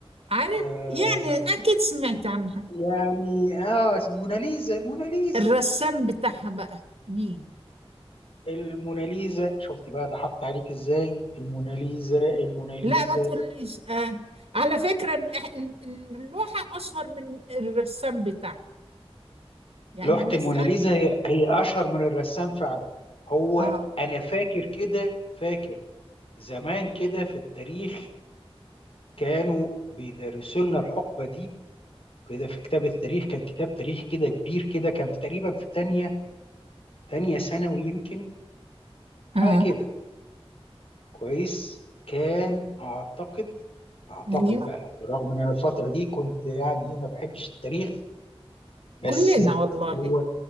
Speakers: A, on the right; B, on the left.
A: عارف؟
B: آه
A: يعني أكيد سمعت عنها
B: يعني اه الموناليزا الموناليزا
A: الرسام بتاعها بقى مين؟
B: الموناليزا شفتي بقى ضحكت عليك ازاي الموناليزا الموناليزا
A: لا ما تقوليش آه. على فكرة إن إح- ال- ال- اللوحة أشهر من الرسام بتاعها يعني
B: لوحة
A: الناس
B: الموناليزا
A: تعرف
B: هي هي اشهر من الرسام فعلا هو
A: آه
B: انا فاكر كده فاكر زمان كده في التاريخ كانوا بيدرسوا لنا الحقبة دي كده في كتاب التاريخ كان كتاب تاريخ كده كبير كده كان في تقريبا في تانية تانية ثانوي يمكن حاجة
A: آه
B: كده كويس كان أعتقد أعتقد
A: أيوه
B: بقى رغم إن أنا الفترة دي كنت يعني إيه ما بحبش التاريخ بس
A: كلنا والله
B: هو